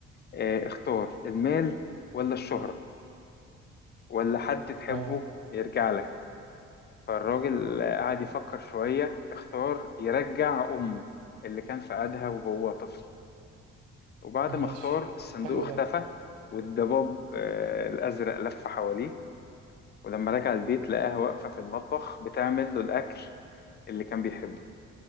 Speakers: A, on the left; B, on the right.
A: آه، اختار المال ولا الشهرة ولا حد تحبه
B: اه
A: يرجع لك فالراجل قعد يفكر شوية اختار يرجع أمه اللي كان في قدها وهو طفل وبعد
B: ماشي
A: ما اختار الصندوق
B: حلو
A: اختفى
B: ده
A: والضباب آه، الأزرق لف حواليه ولما رجع البيت لقاها واقفة في المطبخ بتعمل له الأكل اللي كان بيحبه